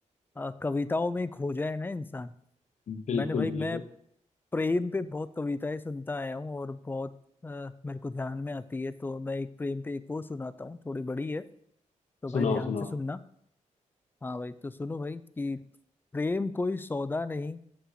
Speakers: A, on the left; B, on the left.
A: आ, कविताओं में खो जाए ना इंसान
B: बिल्कुल
A: मैंने भाई मैं
B: बिल्कुल
A: प्रेम पे बहुत कविताएं सुनता आया हूँ और बहुत अ, मेरे को ध्यान में आती है तो मैं एक प्रेम पे एक और सुनाता हूँ थोड़ी बड़ी है तो भाई
B: सुनाओ
A: ध्यान
B: सुनाओ
A: से सुनना हाँ भाई तो सुनो भाई कि प्रेम कोई सौदा नहीं